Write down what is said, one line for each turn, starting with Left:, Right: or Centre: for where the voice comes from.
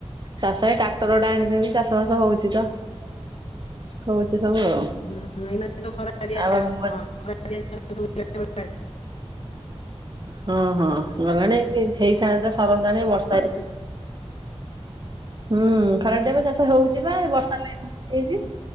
Right: ଚାଷରେ ଟ୍ରାକ୍ଟର ଟା ଆଣିଛନ୍ତି ଚାଷ ବାସ ହଉଛି ତ। କହୁଛି ସବୁ ଆଉ,
Left: ହଁ ଏଇ ତ ଖରାଆଁ
Right: ଆଉ ହଁ
Left: ଖ <unintelligible>
Right: ହଁ ହଁ ଗଲାଣି ହେଇଥାନ୍ତା ସରନ୍ତାଣି ବର୍ଷା ହେଇ
Left: ଓ
Right: ହୁଁ ଖରାଟିଆ ବା ଚାଷ ହଉଛି ବା ବର୍ଷା ହୋଇଛି